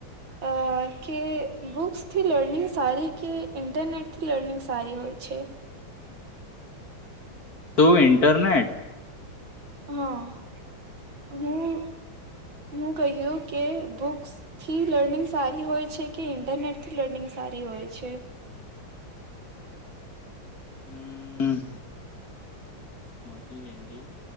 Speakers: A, on the right; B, on the left.
A: અ કે બુક્સથી લર્નિંગ સારી કે ઇન્ટરનેટથી લર્નિંગ સારી હોય છે?
B: તું ઇન્ટરનેટ.
A: હા હું હું કહ્યું કે બુક્સ થી લર્નિંગ સારી હોય છે કે ઇન્ટરનેટથી લર્નિંગ સારી હોય છે?
B: હમ. મોકી ગન્ટી <unintelligible>